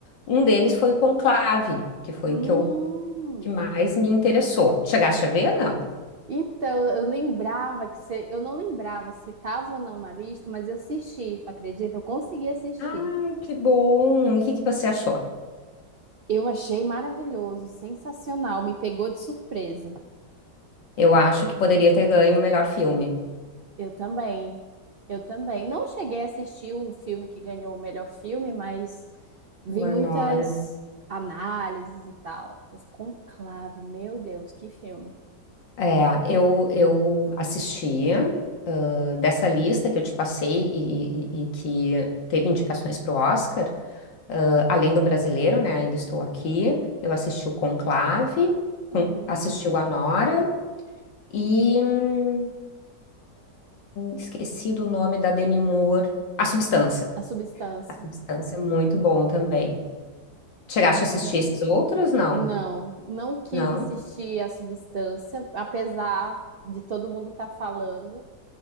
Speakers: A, on the left (about 85°); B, on the right (about 65°).
A: um deles foi o Conclave, que foi
B: Hum.
A: o que eu que mais me interessou. Chegaste a ver? Não.
B: Então, eu lembrava que você. Eu não lembrava se estava ou não na lista, mas eu assisti, tu acredita? Eu consegui assistir.
A: Ai, que bom! E o que que você achou?
B: Eu achei maravilhoso, sensacional, me pegou de surpresa.
A: Eu acho que poderia ter ganho o melhor filme.
B: Eu também, eu também. Não cheguei a assistir o filme que ganhou o melhor filme, mas vi
A: O Anora.
B: muitas análises e tal. Mas Conclave, meu Deus, que filme.
A: É, eu, eu assisti, ah, dessa lista que eu te passei e, e- e que teve indicações para o Oscar, ah, além do brasileiro, né? Ainda estou aqui. Eu assisti o Conclave, con-
B: Uhum.
A: assisti o Anora e hum, esqueci do nome da Demi Moore. A Substância.
B: A Substância,
A: A Substância é muito bom também. Chegaste
B: que bacana.
A: a assistir esses outros? Não.
B: Não, não quis
A: Não?
B: assistir A Substância, apesar de todo mundo estar falando.